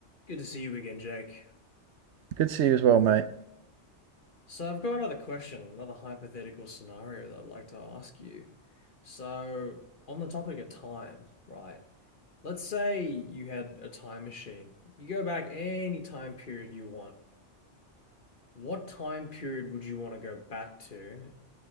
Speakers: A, on the left; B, on the right.
A: Good to see you again, Jake.
B: Good to see you as well, mate.
A: So I've got another question, another hypothetical scenario that I'd like to ask you. So on the topic of time, right? Let's say you had a time machine. You could go back any time period you want. What time period would you want to go back to?